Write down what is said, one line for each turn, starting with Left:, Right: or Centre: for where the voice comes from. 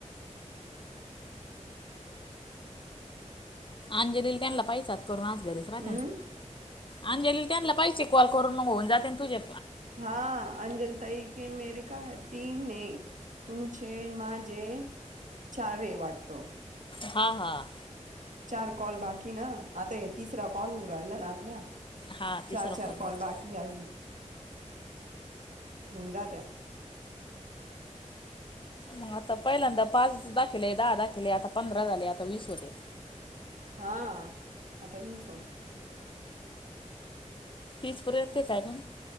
Left: अंजलील त्यांना पैसात करून आणलेले <unintelligible>
Right: हम्म
Left: अंजलीला त्यांना पाहिजे कॉल करून मग होऊन जाते तुझ्या.
Right: हा अंजल ताई के मेर का तीन है. तुमचे माझे चारये वाटत.
Left: हां हां.
Right: चार कॉल बाकी ना आता हे तिसरा कॉल होऊ राहिला ना आपला.
Left: हा तिसरा
Right: चार चार कॉल
Left: बाद
Right: बाकी आजू हून जात्या.
Left: मंग आता पहिल्यांदा पाच दाखवीले दहा दाखकीले आता पंधरा झाले आता वीस होतिल
Right: हा आता मीच होत.
Left: तीसपर्यंतचं हाय न